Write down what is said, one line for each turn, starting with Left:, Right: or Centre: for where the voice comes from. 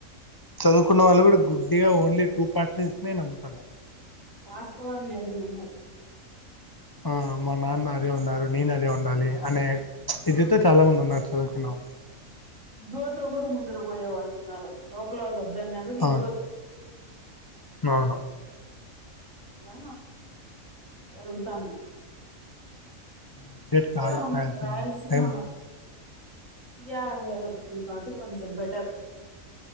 Left: చదువుకున్న వాళ్ళు కూడా గుడ్డిగా ఓన్లీ టూ పార్సెన్స్ నే నమ్ముతున్నాయి
Right: వాస్తవాన్ని ఎవరు నమ్మరు
Left: ఆ మా నాన్న అదే ఉన్నారు నేను అదే ఉండాలి అనే ఇదితో చాలా మంది ఉన్నారు చదువుకున్న వాళ్ళు
Right: దిగువతో కూడా ముంద పోయే వాళ్ళు ఉన్నారు లోపల్లోళ్ళ దాన్న కూడ
Left: అవును
Right: ఇగో తో
Left: అవును
Right: అట్లా జరుగుతాన్నాయి
Left: అప్డేట్
Right: ఇక్కడ
Left: కాల
Right: మనకి రాయలసీమ
Left: టైం
Right: పీయా వచ్చింది కాబట్టి కొంచం బెటర్